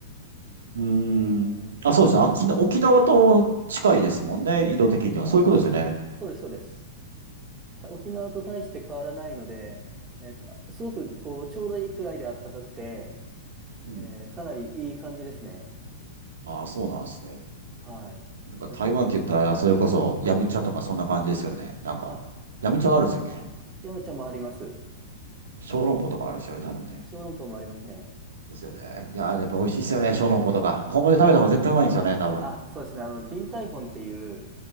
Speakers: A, on the right (about 85°); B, on the right (about 25°).
A: うーん。
B: えーっと、
A: あ、そうですね。沖縄、沖縄と近いですもんね、緯度的には。
B: あ、
A: そういうことですよね。
B: そそうです、そうです。た沖縄と大して変わらないので、えーっと、すごくこう、ちょうどいいくらいで暖かくて、
A: うん。
B: えーかなりいい感じですね。
A: ああ、そうなんですね。
B: はい。
A: なんか台湾って言ったら、
B: で、ほん、
A: それこそ、ヤムチャとかそんな感じですよね。なんか、
B: あ、
A: ヤムチャがあるんですっけ
B: ヤムチャもあります。
A: 小籠包とかあるんですよね、多分ね。
B: 小籠包もありますね。
A: ですよね。いやー、やっぱ美味しいですよね、小籠包とか。本場で食べた方が絶対うまいんですよね、
B: はい
A: 多分。
B: あ、そうですね。あの、ディンタイフォンっていう、